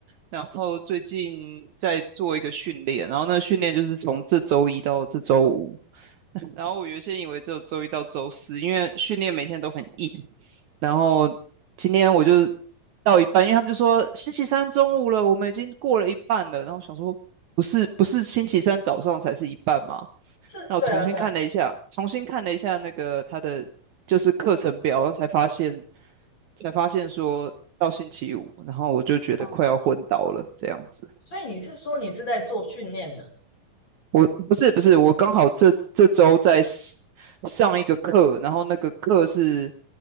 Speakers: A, on the right; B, on the left.
A: 然后最近在做一个训练，然后那个训练就是从这周一到这周五，然后我原先以为只有周一到周四，因为训练每天都很硬，然后今天我就到一半，因为他们就说星期三中午了，我们已经过了一半了，然后我想说不是不是星期三早上才是一半吗？
B: 是，
A: 那我重新看了一下，
B: 对啊，对啊，
A: 重新看了一下那个他的就是课程表，然后才发现，才发现说到星期五，然后我就觉得快要昏倒了这样子。
B: 哦，所以你是说你是在做训练的？
A: 我不是不是，我刚好这这周在 s- 上一个课，然后那个课是